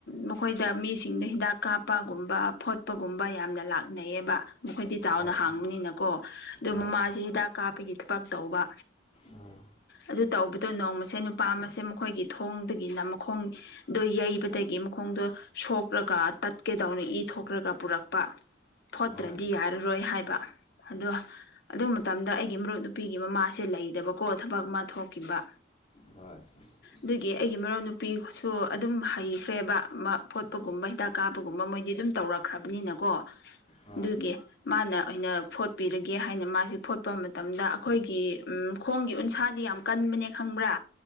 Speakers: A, on the left; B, on the left.
A: ꯃꯈꯣꯏꯗ ꯃꯤꯁꯤꯡꯗꯣ ꯍꯤꯗꯥꯛ ꯀꯥꯞꯄꯒꯨꯝꯕ ꯐꯣꯠꯄꯒꯨꯝꯕ ꯌꯥꯝꯅ ꯂꯥꯛꯅꯩꯌꯦꯕ ꯃꯈꯣꯏꯗꯤ ꯆꯥꯎꯅ
B: ꯍꯣꯏ
A: ꯍꯥꯡꯕꯅꯤꯅꯀꯣ ꯑꯗꯨ
B: ꯍꯣꯏ
A: ꯃꯃꯥꯁꯦ ꯍꯤꯗꯥꯛ ꯀꯥꯞꯄꯒꯤ ꯊꯕꯛ ꯇꯧꯕ
B: ꯎꯝ
A: ꯑꯗꯨ ꯇꯧꯕꯗꯣ ꯅꯣꯡꯃꯁꯦ ꯅꯨꯄꯥ ꯑꯃꯁꯦ ꯃꯈꯣꯏꯒꯤ ꯊꯣꯡꯗꯒꯤꯅ ꯃꯈꯣꯡ ꯗꯣ ꯌꯩꯕꯗꯒꯤ ꯃꯈꯣꯡꯗꯣ ꯁꯣꯛꯔꯒ ꯇꯠꯀꯦꯗꯧꯅ ꯏ ꯊꯣꯛꯈ꯭ꯔꯒ ꯄꯨꯔꯛꯄ ꯐꯣꯠꯇ꯭ꯔꯗꯤ
B: ꯍꯣꯏ
A: ꯌꯥꯔꯔꯣꯏ ꯍꯥꯏꯕ ꯑꯗꯨ ꯑꯗꯨ ꯃꯇꯝꯗ ꯑꯩꯒꯤ ꯃꯔꯨꯞ ꯅꯨꯄꯤꯒꯤ ꯃꯃꯥꯁꯦ ꯂꯩꯗꯕꯀꯣ ꯊꯕꯛ ꯃꯥ ꯊꯣꯛꯈꯤꯕ
B: ꯍꯣꯏ <unintelligible> <inaudible>
A: ꯑꯗꯨꯒꯤ ꯑꯩꯒꯤ ꯃꯔꯨꯞ ꯅꯨꯄꯤꯁꯨ ꯑꯗꯨꯝ ꯍꯩꯈ꯭ꯔꯦꯕ ꯃ ꯐꯣꯠꯄꯒꯨꯝꯕ ꯍꯤꯗꯥꯛ ꯀꯥꯞꯕꯒꯨꯝꯕ ꯃꯣꯏꯗꯤ ꯑꯗꯨꯝ ꯇꯧꯔꯛ ꯈ꯭ꯔꯕꯅꯤꯅꯀꯣ
B: ꯍꯣꯏ
A: ꯑꯗꯨꯒꯤ ꯃꯥꯅ ꯑ ꯑꯣꯏꯅ ꯐꯣꯠꯄꯤꯔꯒꯦ ꯍꯥꯏꯅ ꯃꯥꯁꯦ ꯐꯣꯠꯄ ꯃꯇꯝꯗ ꯑꯩꯈꯣꯏꯒꯤ ꯎ ꯈꯣꯡꯒꯤ ꯎꯟꯁꯥꯗꯤ ꯌꯥꯝ ꯀꯟꯕꯅꯦ ꯈꯪꯕ꯭ꯔꯥ